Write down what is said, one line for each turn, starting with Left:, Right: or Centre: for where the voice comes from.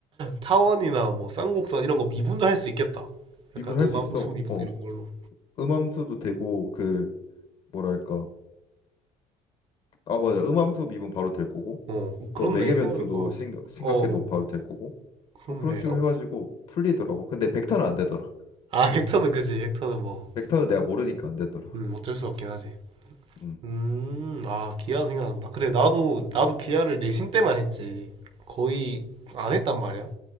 Right: 타원이나 뭐 쌍곡선 이런 거 미분도 할 수 있겠다.
Left: 미분할
Right: 약간 음함수
Left: 수 있어.
Right: 미분
Left: 어
Right: 이런 걸로.
Left: 음함수도 되고 그 뭐랄까 아 맞아 음함수 미분 바로 될 거고
Right: 어, 그렇네.
Left: 또 매개변수도
Right: 생각해보니까.
Left: 생, 생각해도
Right: 어,
Left: 바로 될 거고
Right: 그렇네.
Left: 뭐 그런 식으로
Right: 어.
Left: 해가지고 풀리더라고. 근데 벡터는 안 되더라.
Right: 아, <laughs> 벡터는 그지. 벡터는 뭐,
Left: 벡터는 내가 모르니까 안 되더라.
Right: 음, 어쩔 수 없긴 하지.
Left: 음,
Right: 음, 아, 기아 생각난다. 그래, 나도, 나도 기아를 내신 때만 했지. 거의 안 했단 말이야.